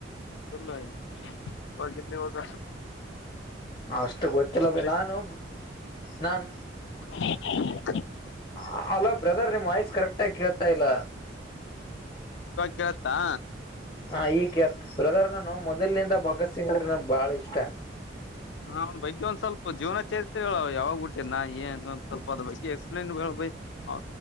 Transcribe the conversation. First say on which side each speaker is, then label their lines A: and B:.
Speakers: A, on the left; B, on the left.
A: ಇಲ್ಲ ಇವಾಗ ಇಲ್ಲ ಇವಾಗ.
B: ಅಷ್ಟ ಗೊತ್ತಿಲ್ಲ
A: ಬರೀ
B: ಬಿ ನಾನು ನಾನ್
A: <unintelligible>
B: ಅ ಅಲೋ ಬ್ರದರ್ ನಿಮ್ ವಾಯ್ಸ್ ಕರೆಕ್ಟಾಗಿ ಕೇಳ್ತಾ ಇಲ್ಲ.
A: ಕೇಳ್ತಾ.
B: ಹ ಈಗ್ ಕೇಳ್ತ ಬ್ರದರ್ ನಾನು ಮೊದಲನಿಂದ ಭಗತ್ ಸಿಂಗ್ ಅಂದ್ರೆ ನಂಗ್ ಬಾಳ ಇಷ್ಟ.
A: ಹ ಅವ್ ಬಗ್ಗೆ ಒಂದ ಸ್ವಲ್ಪ ಜೀವನ ಚರಿತ್ರೆಗಳು ಯಾವಾಗ್ ಹುಟ್ಟಿನ ಏನ್ ಒಂದ ಸ್ವಲ್ಪ ಅದ ಬಗ್ಗೆ ಎಕ್ಸ್ಪ್ಲೈನ್ ಹೇಳ್ ಭೈ. ಅವ